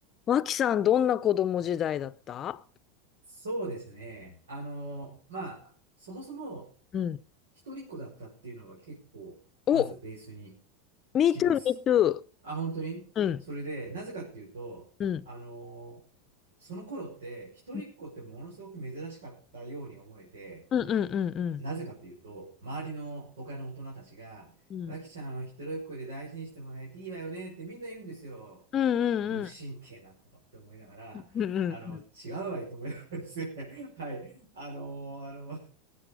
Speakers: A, on the left; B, on the right.
A: 脇さん、どんな子供時代だった
B: そうですね。あの、まあ、そもそも
A: うん、
B: 一人っ子だったっていうのは結構、
A: お、
B: まずベースに
A: me
B: 来ます。
A: too, me too.
B: あ、本当にそれで、
A: うん、
B: なぜかっていうと、
A: うん、
B: あの、その頃って一人っ子ってものすごく珍しかったように思えて、
A: うん、うん、うん、うん、
B: なぜかというと、周りの他の大人たちが、
A: うん、
B: わきちゃんは一人っ子で大事にしてもらえていいわよねってみんな言うんですよ。
A: うん、うん、
B: 無神経な子のって思いながら、
A: うん、うん、うん、
B: あの、違うわいと思いながらですね。<laughs> はい。あのーあの、